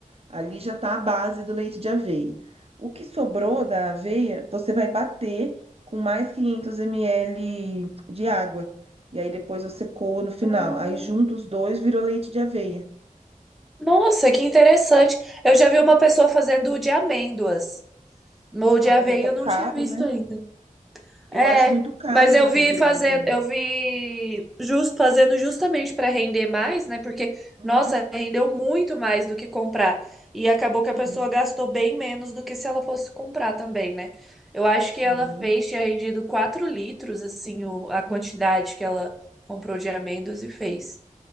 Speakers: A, on the right; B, in the centre.
A: Ali já está a base do leite de aveia. O que sobrou da aveia, você vai bater com mais 500 ml de água. E aí depois você coa no final.
B: Ah,
A: Aí junta os dois, virou leite de aveia.
B: Nossa, que interessante. Eu já vi uma pessoa fazendo o de amêndoas. O
A: Ah,
B: de aveia
A: mas é tão
B: eu não
A: caro,
B: tinha visto
A: né?
B: ainda.
A: Eu
B: É,
A: acho muito caro
B: mas eu
A: para
B: vi
A: fazer,
B: fazendo,
A: Janine.
B: eu vi just, fazendo justamente para render mais, né? Porque,
A: Uhum.
B: nossa, rendeu muito mais do que comprar. E acabou
A: Sim,
B: que a pessoa gastou bem menos do que se ela fosse comprar também, né? Eu acho
A: sim.
B: que ela fez, tinha rendido 4 litros, assim, o- a quantidade que ela comprou de amêndoas e fez.